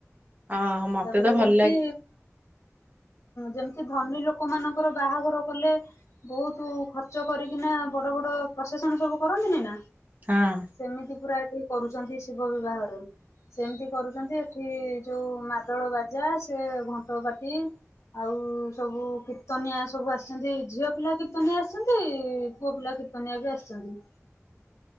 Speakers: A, on the right (about 35°); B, on the left (about 70°).
A: ଓହୋ ମତେ
B: ତାପରେ
A: ତ ଭଲ
B: ଯେମିତି
A: ଲାଗେ
B: ଯେମ ସେ ଧନୀ ଲୋକ ମାନଙ୍କର ବାହାଘର କଲେ ବହୁତ ଖର୍ଚ୍ଚ କରିକିନା ବଡ ବଡ ପ୍ରସେସନ ସବୁ କରନ୍ତିନେଇ ନା?
A: ହଁ।
B: ସେମିତି ପୁରା ଏଠି କରୁଛନ୍ତି ଶିବ ବିବାହରେ। ସେମିତି କରୁଛନ୍ତି ଏଠି ଯୋଉ ମାଦଳ ବାଜା ସେ ଘଣ୍ଟ ବାଟି ଆଉ ସବୁ କୀର୍ତ୍ତନିଆ ସବୁ ଆସିଛନ୍ତି ଝିଅ ପିଲା କୀର୍ତ୍ତନିଆ ଆସିଛନ୍ତି ପୁଅ ପିଲା କୀର୍ତ୍ତନିଆ ବି ଆସିଛନ୍ତି।